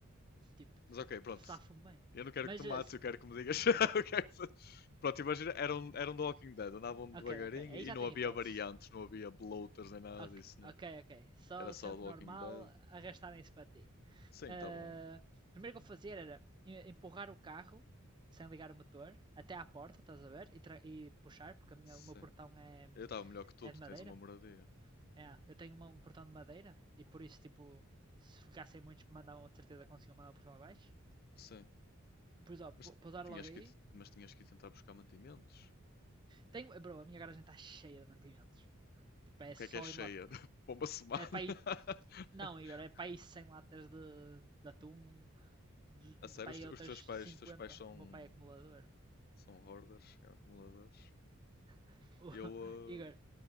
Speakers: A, on the right; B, on the left.
A: tipo,
B: Mas ok, pronto.
A: safo-me bem.
B: Eu não quero
A: Mas.
B: que tu mates,
A: eh,
B: eu quero que me digas. <laughs>
A: Ok.
B: o que é que se- Pronto, imagina, era eram, eram The Walking Dead, andavam
A: Ok,
B: devagarinho
A: ok. Aí
B: e
A: já
B: não
A: tem
B: havia
A: hipóteses.
B: variantes, não havia bloaters nem nada
A: Ok,
B: disso, né?
A: ok. ok. Só
B: Era só
A: sempre
B: The Walking
A: normal
B: Dead.
A: arrastarem-se para ti.
B: Sim,
A: Ah,
B: estavam.
A: primeiro que eu fazia era empurrar o carro sem ligar o motor até à porta, estás a ver? E, tra- e puxar, porque a minha,
B: Sim.
A: o meu portão é,
B: Eu estava melhor que tu,
A: é
B: tu
A: de madeira.
B: tens uma moradia.
A: É, eu tenho uma- um portão de madeira e por isso, tipo, se ficassem muitos que mandavam, de certeza conseguiam mandar o portão abaixo.
B: Sim.
A: Pois ó,
B: Mas
A: pousar
B: tinhas
A: logo
B: que,
A: aí.
B: ir- mas tinhas que ir tentar buscar mantimentos.
A: Tenho, eh, bro, a minha garagem está cheia de mantimentos. Tipo, é
B: O que
A: só
B: é que é cheia?
A: em lata.
B: <laughs> Para uma semana?
A: É para ir
B: <laughs>
A: Não, Igor, é para aí 100 latas de, de atum, de,
B: A sério,
A: para
B: os,
A: aí
B: te-
A: outras
B: os teus pais,
A: cinquenta
B: os teus pais são,
A: O meu pai é acumulador.
B: são hoarders, são acumuladores.
A: <laughs> O-
B: Eu,
A: Igor,
B: eh,